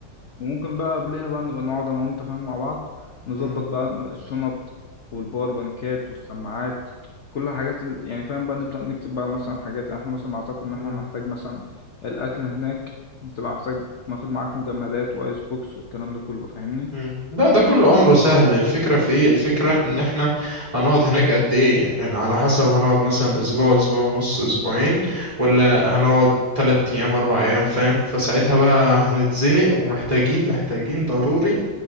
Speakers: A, on the left; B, on the right.
A: وممكن بقى قبلها بقى نبقى نقعد انا وانت فاهم مع بعض نظبط
B: مم.
A: بقى الشنط والباور بانكات والسماعات كل حاجات ال... يعني فاهم بقى نبدأ نكتب بقى مثلا حاجات يعني احنا مثلا نعتقد ان
B: مم.
A: احنا هنحتاج مثلا الاكل هناك بتبقى محتاج ناخد معاك مجمدات وايس بوكس والكلام ده كله فاهمني
B: مم. لا ده كله امره سهل الفكره في ايه الفكره ان احنا هنقعد هناك قد ايه يعني, يعني على حسب هنقعد مثلا اسبوع اسبوع ونص اسبوعين ولا هنقعد تلات ايام اربع ايام فاهم فساعتها بقى هنتزنق ومحتاجين محتاجين ضروري